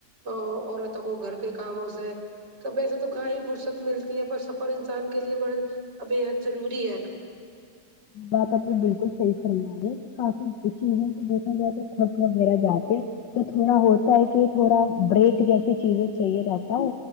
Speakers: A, on the right; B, on the left.
A: ا عورتوں کو گھر کے کاموں سے کبھی ایسے تو کہاں ہی فرصت ملتی ہے پر سفر انسان کے لیے بڑ بے حد ضروری ہے
B: یہ بات آپ نے بالکل صحیح فرما رہی کافی چیزوں سے دیکھا جائے تو کڑک وغیرہ جاتے تو تھوڑا ہوتا ہے کہ تھوڑا بریک جیسی چیزیں چاہیے رہتا ہے